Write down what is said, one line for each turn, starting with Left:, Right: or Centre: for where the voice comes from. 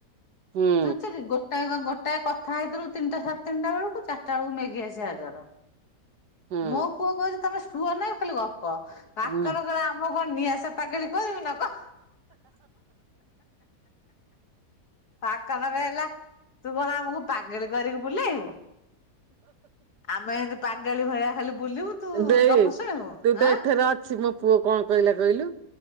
Right: ହୁଁ
Left: ଜାନଚକି ଗୋଟା କଟା କଥା ହେଇଥିଲୁ ତିନିଟା ସାଡ଼ ତିନିଟା ବେଳକୁ। ଚାରଟା ବେଳକୁ ମେଘି ଆସି ହାଜର।
Right: ହୁଁ।
Left: ମୋ ପୁଅ କଉଚି ତମେ ସୁୁଅ ନାଇ ଖାଲି ଗପ। ପାକର
Right: ନା।
Left: କରେ ଆମ ମୁଁ କଣ ନିଆ ଆସ ପାାଗେଳି କହିବି ନା କଣ? ପାକ ନକ ହେଲା ତୁ କଣ ଆମକୁ ପାଗେଳି କରିକି ବୁଲେଇବୁ? ଆମେ ଏମିତି ପାଗାଳି ଭଳିଆ ଖାଲି ବୁଲିବୁ। ତୁ
Right: ଦେଇଇ
Left: ଗପ ଶୁଣିବୁ
Right: ତୁ ତ
Left: ଆଁ
Right: ଏଥର ଅଛୁ ମୋ ପୁଅ କଣ କଇଲା କଇଲୁ?